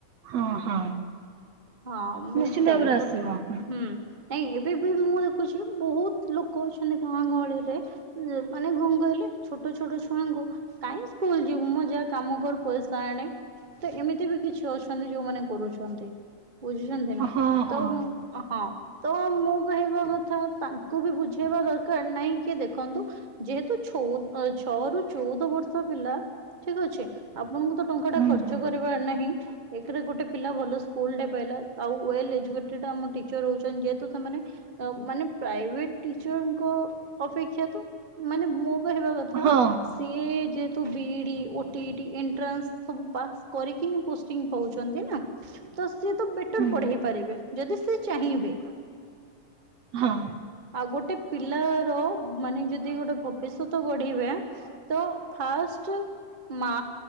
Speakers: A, on the right (about 65°); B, on the right (about 25°).
A: ହଁ ହଁ।
B: ହଁ ମୁଁ
A: ନିଶ୍ଚିନ୍ତ
B: ସେଇକ
A: ଭାବରେ ଆସିବ।
B: ହୁଁ। ନାଇଁ ଏବେ ବି ମୁଁ ଦେଖୁଛି ବହୁତ ଲୋକ ଅଛନ୍ତି ଗାଁ ଗହଳିରେ ମାନେ ଘ କହିଲେ ଛୋଟ ଛୋଟ ଛୁଆଙ୍କୁ। କାଇହିଁ ସ୍କୁଲ ଯିବୁ ମଁ ଯାହା କାମ କର ପଇସା ଆଣେ? ତ ଏମିତି ବି କିଛି ଅଛନ୍ତି ଯୋଉମାନେ କରୁଛନ୍ତି ବୁଝୁଛନ୍ତି ନା
A: ହଁ ହଁ
B: ତ। ହଁ, ତ ମୁଁ କହିବା କଥା ତାଙ୍କୁ ବି ବୁଝେଇବା ଦରକାର ନହିଁ କିଏ ଦେଖନ୍ତୁ। ଯେହେତୁ ଛଅ ରୁ ଚଉଦ ବର୍ଷ ପିଲା ଠିକ ଅଛେ। ଆପଣଙ୍କୁ ତ ଟଙ୍କା ଟା
A: ହୁଁ
B: ଖର୍ଚ୍ଚ
A: ହୁଁ
B: କରିବାର ନାହିଁ ଏକରେ ଗୋଟେ ପିଲା। ଭଲ ସ୍କୁଲ ପାଇଲା ଆଉ ୱଲ ଏଜକୁଟେଡ ଆମ ଟିଚର ରହୁ ଯେହେତୁ ସେମାନେ। ଅ ମାନେ ପ୍ରାୟ <unintelligible> ଙ୍କ ଅପେକ୍ଷାାନ ମ ହେ କଥା
A: ହଁ
B: <unintelligible> ସିଏ ଯେହେତୁ BE D, O T E T, entrance ସବୁ ପାସ୍ କରିକି ହିଁ ପୋଷ୍ଟିଂ ପାଉଛନ୍ତି ନା। ତ ସିଏ ତ ବେଟର
A: ହୁଁ
B: ପଢେଇ ପାରିବେ ଯଦି ସିଏ ଚାହିଁବେ।
A: ହଁ
B: ଆଉ ଗୋଟେ ପିଲାର ମାନେ ଯଦି ଗୋଟେ ଭବିଷ୍ୟତ ଗଢିବେ ତ ଫାଷ୍ଟ ମା